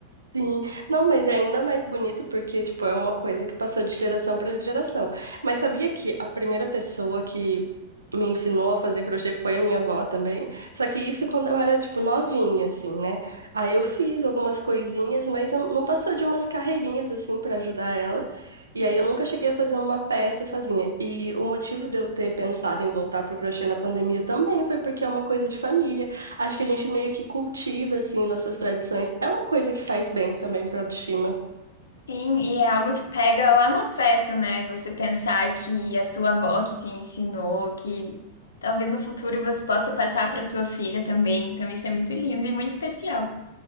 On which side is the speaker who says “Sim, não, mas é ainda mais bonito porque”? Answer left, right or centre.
Right